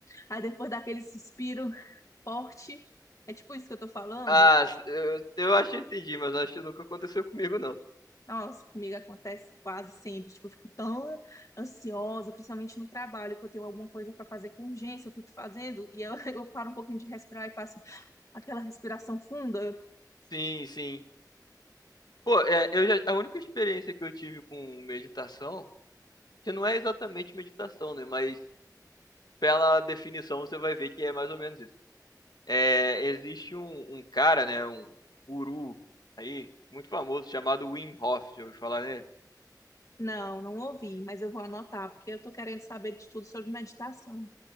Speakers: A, on the left; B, on the left.
A: aí depois daquele suspiro forte, é tipo isso que eu tô falando.
B: Ah, eu, eu acho que entendi, mas acho que nunca aconteceu comigo, não.
A: Nossa, comigo acontece quase sempre. Tipo, eu fico tão ansiosa, principalmente no trabalho, que eu tenho alguma coisa para fazer com urgência, eu fico fazendo e eu, <laughs> eu paro um pouquinho de respirar e faço aquela respiração funda.
B: Sim, sim. Pô, é, eu já, a única experiência que eu tive com meditação, que não é exatamente meditação, né? Mas pela definição você vai ver que é mais ou menos isso. É, existe um, um cara, né, um guru aí, muito famoso, chamado Wim Hof, já ouviu falar nele?
A: Não, não ouvi, mas eu vou anotar, porque eu tô querendo saber de tudo sobre meditação.